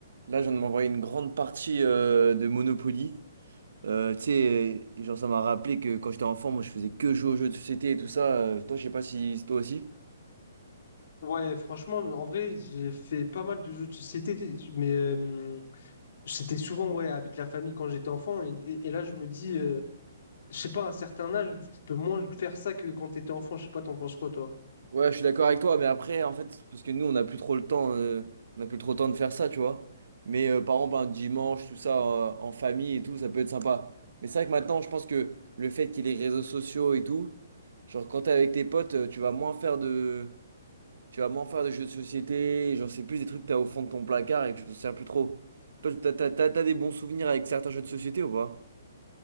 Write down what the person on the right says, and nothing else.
Là, je viens de m'envoyer une grande partie euh, de Monopoly. Euh, tu sais, et genre, ça m'a rappelé que quand j'étais enfant, moi, je faisais que jouer aux jeux de société et tout ça. Euh, toi, je sais pas si c'est toi aussi.
Ouais, je suis d'accord avec toi, mais après, en fait, parce que nous, on n'a plus trop le temps, euh, on n'a plus trop le temps de faire ça, tu vois. Mais euh, par exemple, un dimanche, tout ça, euh, en famille et tout, ça peut être sympa. Mais c'est vrai que maintenant, je pense que le fait qu'il y ait les réseaux sociaux et tout, genre, quand t'es avec tes potes, euh, tu vas moins faire de Tu vas moins faire de jeux de société, et j'en sais plus, des trucs que t'as au fond de ton placard et que tu t'en sers plus trop. Toi, t'as, t'as- t'as- t'as des bons souvenirs avec certains jeux de société ou pas?